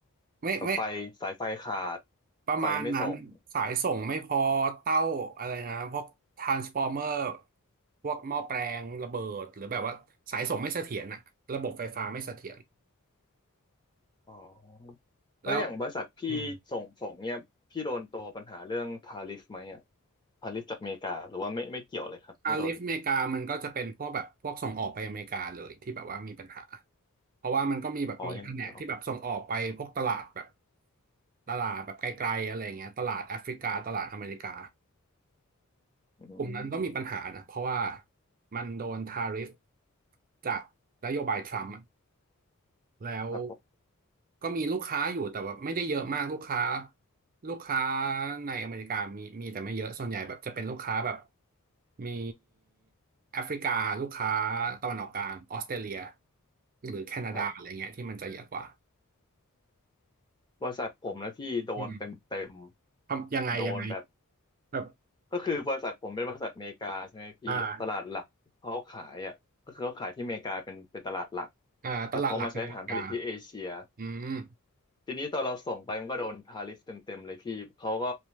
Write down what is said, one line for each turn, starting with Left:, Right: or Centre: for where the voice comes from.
Right: ไม่ไม่
Left: แบบไฟสายไฟขาด
Right: ประมาณนั้นสายส่งไม่พอเต้าอะไรนะพวกทรานสฟอร์เมอร์
Left: ไฟไม่ส่ง
Right: พวกหม้อแปลงระเบิดหรือแบบว่าสายส่งไม่เสถียรอะระบบไฟฟ้าไม่เสถียร
Left: อ๋อแล้อย่างบริษัทพี่ส่งส่งเนี่ยพี่โดนตัวปัญหาเรื่องทาริฟไหมอ่ะ
Right: แล้วอืม
Left: ทาริฟจากอเมริกาหรือว่าไม่ไม่เกี่ยวเลยครับไม่โดน
Right: อาลิฟอเมริกามันก็จะเป็นพวกแบบพวกส่งออกไปอเมริกาเลยที่แบบว่ามีปัญหาเพราะว่ามันก็มีแบบมีแผนกที่แบบส่งออกไปพวกตลาดแบบ
Left: อ๋ออย่างเดียว
Right: ตลาดแบบไกลๆอะไรเงี้ยตลาดแอฟริกาตลาดอเมริกา
Left: อื
Right: กลุ่มนั้นก็มีปัญหานะเพราะว่า
Left: ม
Right: มันโดนทาริฟจากนโยบายทรัมป์อะ แล้ว
Left: ครับผม
Right: ก็มีลูกค้าอยู่แต่ว่าไม่ได้เยอะมากลูกค้าลูกค้าในอเมริกามีมีแต่ไม่เยอะส่วนใหญ่แบบจะเป็นลูกค้าแบบมีแอฟริกาลูกค้าตะวันออกกลางออสเตรเลียหรือแคนาดาอะไรเงี้ยที่มันจะเยอะกว่า
Left: ครับบริษัทผมนะพี่โดนเต็มเต็ม
Right: อืมทำยังไงยังไง
Left: โดนแบบ
Right: แบบ
Left: ก็คือบริษัทผมเป็นบริษัทอเมริกาใช่ไหมพี่ตลาดหลักเขาขายอ่ะก็คือเขาขายที่อเมริกาเป็นเป็นตลาดหลัก
Right: อ่าอ่าตลาดหลักในอเมริกา
Left: แล้วเขามาใช้ฐานผลิตที่เอเชีย
Right: อืม
Left: ทีนี้ตอนเราส่งไปมันก็โดนทาริฟเต็มๆเลยพี่เขาก็